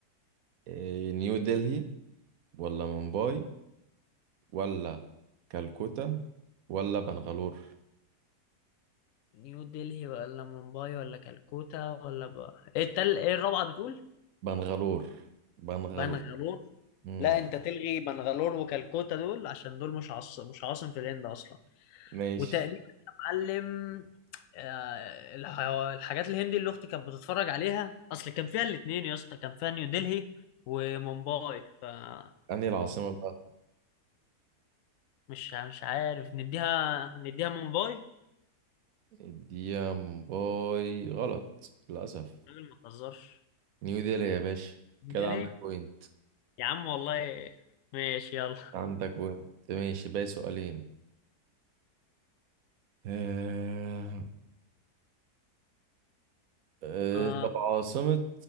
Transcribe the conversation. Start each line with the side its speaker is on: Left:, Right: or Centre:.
Right: إيه نيو دلهي ولا مومباي ولا كالكوتا ولا بنغالور
Left: نيو دلهي ولا مومباي ولا كالكوتا ولا بقى ايه التل... ايه الرابعة بتقول
Right: بنغالور بنغالور
Left: بنغالور
Right: مم.
Left: لا انت تلغي بنغالور وكالكوتا دول عشان دول مش عاص... مش عاصم في الهند اصلا
Right: ماشي
Left: وتقريبا يا معلم آه، الح... الحاجات الهندي اللي اختي كانت بتتفرج عليها اصل كان فيها الاتنين يا اسطى كان فيها نيو دلهي ومومباي فالحوار
Right: أنهي العاصمة بقى
Left: مش مش عارف نديها نديها مومباي
Right: الديم باي غلط للأسف
Left: راجل ما تهزرش
Right: نيو ديلي يا باشا
Left: نزل
Right: كده عندك
Left: ايه
Right: بوينت
Left: يا عم والله ماشي يلا
Right: عندك بوينت ماشي باقي سؤالين آه... آه...
Left: اه
Right: طب عاصمة